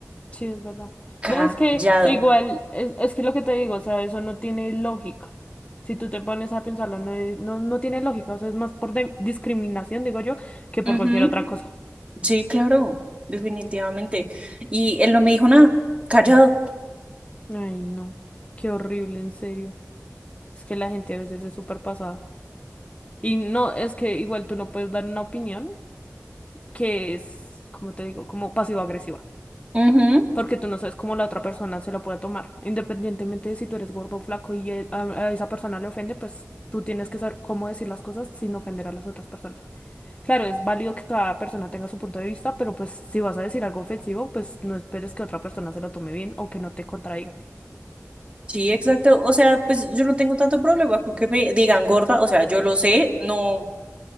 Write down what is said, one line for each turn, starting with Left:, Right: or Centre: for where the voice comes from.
Left: Sí, es verdad.
Right: Callado.
Left: No, es que igual, es, es que lo que te digo, o sea, eso no tiene lógica. Si tú te pones a pensarlo, no, es- no, no tiene lógica. O sea, es más por de- discriminación, digo yo, que por
Right: Ujú.
Left: cualquier otra cosa.
Right: Sí, claro, definitivamente. Y él no me dijo nada, callado.
Left: Ay, no. Qué horrible, en serio. Es que la gente a veces es súper pasada. Y no, es que igual tú no puedes dar una opinión que es, como te digo, como pasivo-agresiva.
Right: Ujú.
Left: Porque tú no sabes cómo la otra persona se lo puede tomar. Independientemente de si tú eres gordo o flaco y él- a, a esa persona le ofende, pues tú tienes que saber cómo decir las cosas sin ofender a las otras personas. Claro, es válido que cada persona tenga su punto de vista, pero pues si vas a decir algo ofensivo, pues no esperes que otra persona se lo tome bien o que no te contradiga.
Right: Sí, exacto. O sea, pues yo no tengo tanto problema con que me digan gorda. O sea, yo lo sé, no,